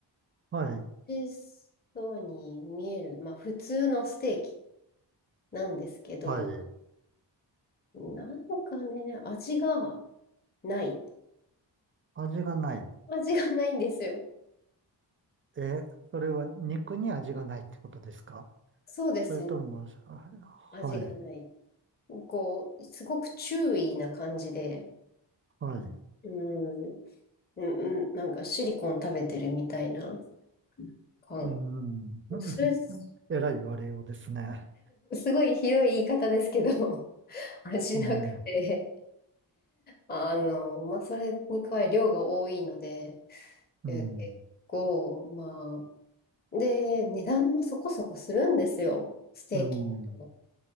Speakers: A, on the right (about 30°); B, on the left (about 20°).
A: はい、
B: 美味しそうに見える、まあ、普通のステーキなんですけど、
A: はい。
B: なんかね、味がない。
A: 味がない。
B: 味がないんですよ。
A: え、それは肉に味がないってことですか
B: そうですね。
A: それとも、あ
B: 味がない。
A: はい、
B: こう、すごく注意な感じで、
A: はい。う
B: うん、うん、うんなんかシリコン食べてるみたいな感
A: ん。<laughs>
B: それ、<laughs> す
A: えらい言われようですね。
B: ごいひどい言い方ですけど、<laughs> 味なくて、
A: ええ、
B: あの、まあ、それに加え量が多いので、
A: うん、
B: え結構、まあ、で、値段もそこそこするんですよ、ステーキだと。
A: うん、うん、